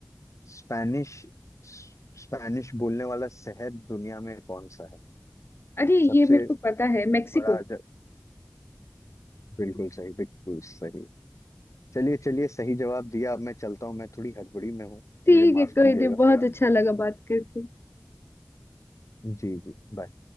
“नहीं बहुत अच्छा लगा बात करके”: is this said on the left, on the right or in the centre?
Left